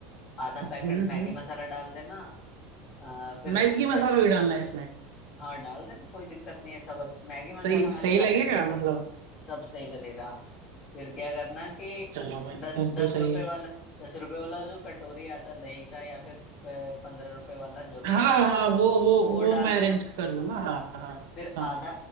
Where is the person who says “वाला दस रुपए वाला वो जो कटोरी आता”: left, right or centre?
Left